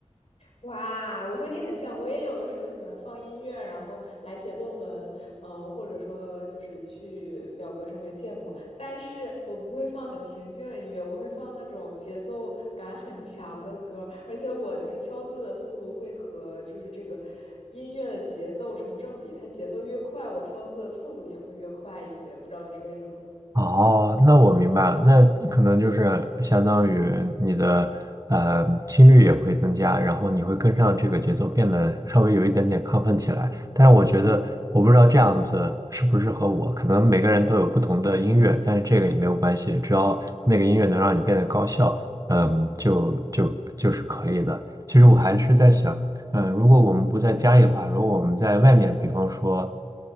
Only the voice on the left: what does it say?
哇，我和你很像，我也有的时候喜欢放音乐，然后来写论文，嗯，或者说就是去表格上面建模，但是我不会放很平静的音乐，我会放那种节奏感很强的歌，而且我就是敲字的速度会和就是这个音乐的节奏成正比，它节奏越快，我敲字的速度也会越快一些，不知道这是为什么。